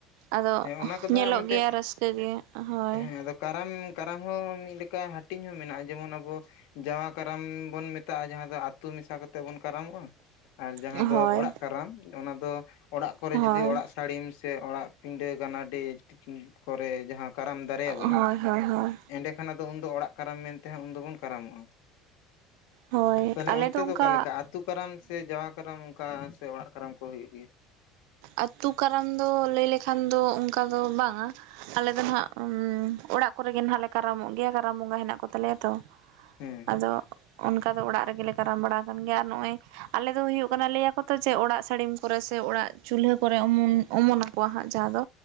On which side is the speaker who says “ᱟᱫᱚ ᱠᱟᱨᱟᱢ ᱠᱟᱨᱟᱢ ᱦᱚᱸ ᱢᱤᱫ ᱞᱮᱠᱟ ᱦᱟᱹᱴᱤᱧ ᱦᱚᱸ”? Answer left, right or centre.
Left